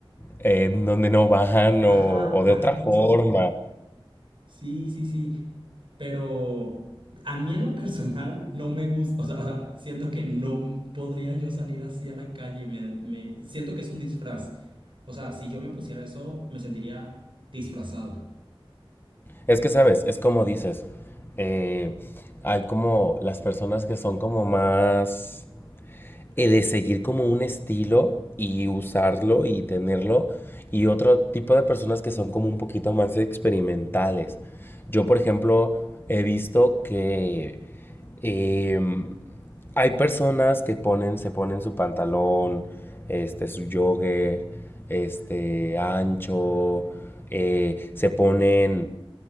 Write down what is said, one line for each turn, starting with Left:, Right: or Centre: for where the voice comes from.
Left: eh, donde no van
Right: ajá,
Left: o, o de
Right: ajá,
Left: otra forma.
Right: justo. Sí, sí, sí. Pero a mí en lo personal no me gusta, o sea, o sea, siento que no podría yo salir así a la calle, me, me- siento que es un disfraz. O sea, si yo me pusiera eso, me sentiría disfrazado.
Left: Es que, ¿sabes? Es como dices, eh, hay como las personas que son como más eh, de seguir como un estilo y usarlo y tenerlo, y otro tipo de personas que son como un poquito más experimentales. Yo, por ejemplo, he visto que em, hay personas que ponen, se ponen su pantalón, este, su jogger, este, ancho, eh, se ponen